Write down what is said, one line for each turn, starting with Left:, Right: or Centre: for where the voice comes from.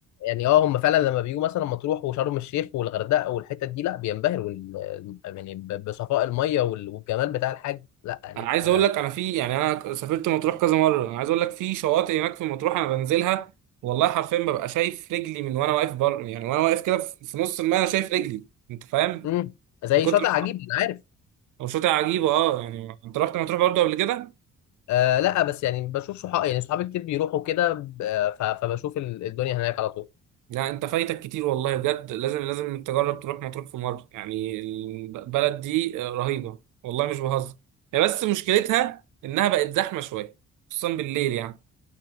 Left: يعني اه هم فعلا لما بيجوا مثلا مطروح وشرم الشيخ والغردقه والحتت دي لا بينبهروا وال- يعني ب- بصفاء المايه وال- والجمال بتاع الحاج لا يعني
Right: انا عايز
Left: ما-
Right: اقول لك انا في يعني انا سافرت مطروح كذا مره انا عايز اقول لك في شواطئ هناك في مطروح انا بنزلها والله حرفيا ببقى شايف رجلي من وانا واقف بر يعني وانا واقف كده في في نص الماء انا شايف رجلي انت فاهم
Left: مم. زي
Right: من كتر
Left: شاطئ عجيب انا عارف
Right: هو شاطئ عجيبه اه يعني انت رحت مطروح برضه قبل كده
Left: آه لا بس يعني بشوف صحابي يعني صحابي كتير بيروحوا كده ب- آه، ف- فبشوف ال- الدنيا هناك على طول
Right: لا انت فايتك كتير والله بجد لازم لازم تجرب تروح مطروح في مره يعني البلد دي آه، رهيبه والله مش بهزر هي بس مشكلتها انها بقت زحمه شويه خصوصا بالليل يعني